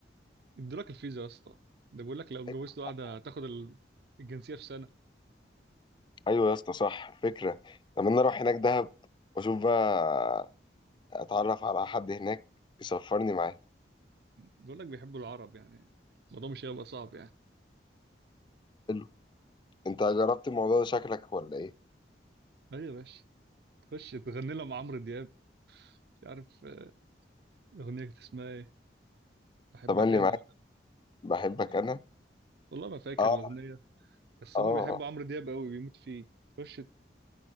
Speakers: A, on the right (about 60°); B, on the left (about 25°).
A: ادولك الفيزا يا اسطى ده بيقول لك لو اتجوزت
B: فكره
A: واحده هتاخد ال- الجنسيه في سنه
B: ايوه يا اسطى صح فكره طب انا اروح هناك دهب واشوف بقى اتعرف على حد هناك يسفرني معاه
A: بيقول لك بيحبوا العرب يعني الموضوع مش هيبقى صعب يعني
B: حلو انت جربت الموضوع ده شكلك ولا ايه
A: ايوه يا باشا تخش تغني لها مع عمرو دياب مش عارف آه، الاغنيه كانت اسمها ايه بحبك
B: تملي
A: انا
B: معاك بحبك
A: ولا
B: انا
A: والله ما فاكر
B: اه
A: الاغنيه بس
B: اه
A: هما بيحبوا
B: آه.
A: عمرو دياب قوي بيموتوا فيه تخش